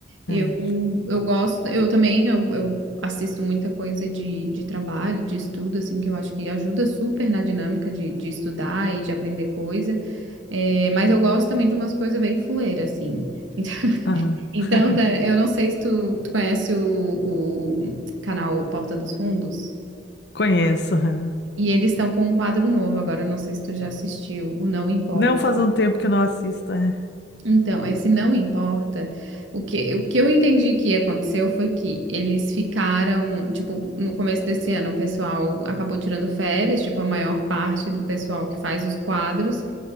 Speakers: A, on the right; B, on the left.
A: Eu,
B: É.
A: eu gosto, eu também eu, eu assisto muita coisa de, de trabalho, de estudo, assim, que eu acho que ajuda super na dinâmica de, de estudar e de aprender coisa. É, mas eu gosto também de umas coisas bem fuleiras, assim. <laughs>
B: Aham.
A: Então,
B: <laughs>
A: então, tá, eu não sei se tu, tu conhece o, o canal Porta dos Fundos.
B: Conheço. aham.
A: E eles estão com um quadro novo agora, eu não sei se tu já assistiu, o Não Importa.
B: Não faz um tempo que eu não assisto. É.
A: Então, esse Não Importa, o que, o que eu entendi que aconteceu foi que eles ficaram, tipo, no começo desse ano o pessoal acabou tirando férias, tipo, a maior parte do pessoal que faz os quadros,